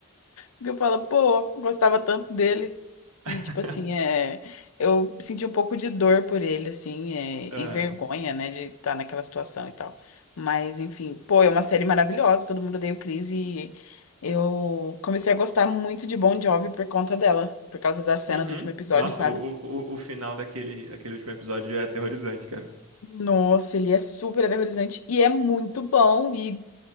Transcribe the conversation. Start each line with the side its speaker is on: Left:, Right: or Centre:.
Left: Porque eu falo, pô, eu gostava tanto dele. E,
Right: <laughs>
Left: tipo assim, é, eu senti um pouco de dor por ele, assim, é,
Right: É.
Left: e vergonha, né, de estar naquela situação e tal. Mas, enfim, pô, é uma série maravilhosa, todo mundo odeia o Chris e eu comecei a gostar muito de Bon Jovi por conta dela, por causa da cena
Right: Uhum.
Left: do último episódio,
Right: Nossa,
Left: sabe?
Right: o, o, o o final daquele aquele último episódio é aterrorizante, cara.
Left: Nossa, ele é super aterrorizante e é muito bom e,